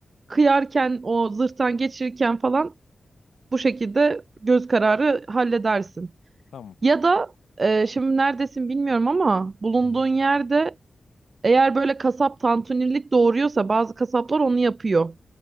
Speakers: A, on the right; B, on the left.
A: kıyarken o zırhtan geçirirken falan bu şekilde göz kararı halledersin.
B: Tamam.
A: Ya da e, şimdi neredesin bilmiyorum ama bulunduğun
B: Hı hı.
A: yerde eğer böyle kasap tantunilik doğuruyorsa bazı kasaplar onu yapıyor.